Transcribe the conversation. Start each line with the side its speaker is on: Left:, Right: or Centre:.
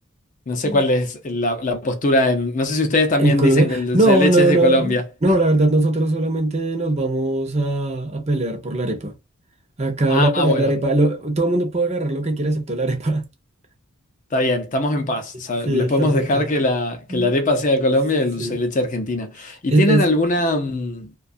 Left: No sé
Right: Mm.
Left: cuál es la, la postura en... No sé si ustedes también
Right: En Colombia.
Left: dicen que el dulce
Right: No,
Left: de leche
Right: no,
Left: es de
Right: no.
Left: Colombia.
Right: No, la verdad, nosotros solamente nos vamos a, a pelear por la arepa. Acá
Left: Ah,
Right: la pelea
Left: bueno,
Right: es la arepa. lo- todo el mundo puede agarrar lo que quiera excepto la arepa. <laughs>
Left: está bien, estamos en paz.
Right: Sí,
Left: sabe- Les
Right: estamos
Left: podemos dejar
Right: en paz.
Left: que la,
Right: Mm.
Left: que la arepa sea de Colombia y el
Right: Sí.
Left: dulce de leche argentina. ¿Y
Right: Es,
Left: tienen
Right: es,
Left: alguna, mm,